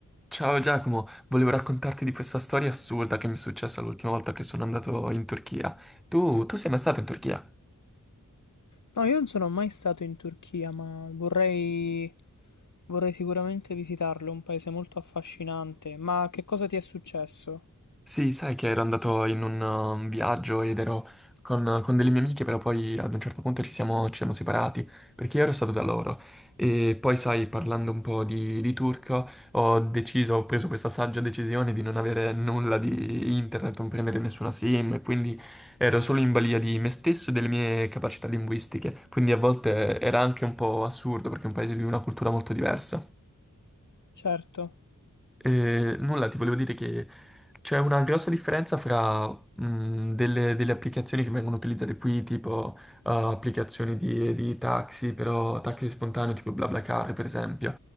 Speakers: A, in the centre; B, on the left.
A: Ciao Giacomo, volevo raccontarti di questa storia assurda che mi è successa l'ultima volta che sono andato in Turchia. Tu, tu sei mai stato in Turchia?
B: No, io non sono mai stato in Turchia, ma vorrei, vorrei sicuramente visitarlo, è un paese molto affascinante. Ma che cosa ti è successo?
A: Sì, sai che ero andato in un um, viaggio ed ero con, con delle mie amiche, però poi ad un certo punto ci siamo, ci siamo separati perché io ero stato da loro. E poi, sai, parlando un po' di, di turco, ho deciso, ho preso questa saggia decisione di non avere nulla di internet, non prendere nessuna SIM, e quindi ero solo in balia di me stesso e delle mie capacità linguistiche. Quindi a volte era anche un po' assurdo perché è un paese di una cultura molto diversa.
B: Certo.
A: Eh, nulla, ti volevo dire che c'è una grossa differenza fra mh, delle, delle applicazioni che vengono utilizzate qui, tipo eh, applicazioni di, di taxi, però taxi spontaneo, tipo BlaBlaCar, per esempio.